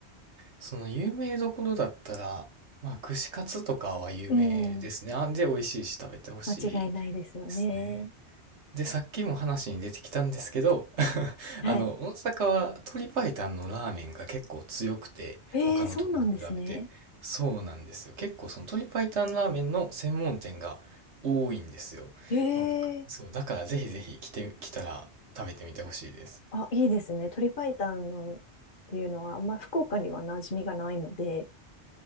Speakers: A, on the right (about 80°); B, on the left (about 50°).
A: その有名どころだったら、まあ、串カツとかは有名ですね。
B: うん。
A: あんで、美味しいし食べてほしいで
B: 間違いないですよね。
A: すね。で、さっきも話に出てきたんですけど、<laughs>
B: はい。
A: あの、大阪は鶏白湯のラーメンが結構強くて、
B: ええ、
A: 他のとこに比べて。
B: そうなんですね。
A: そうなんですよ。結構その鶏白湯ラーメンの専門店が多いんですよ。
B: え
A: なんかそう、
B: え、
A: だからぜひぜひ来て、来たら食べてみてほしいです。
B: あ、いいですね。鶏白湯のっていうのは、あんま福岡には馴染みがないので、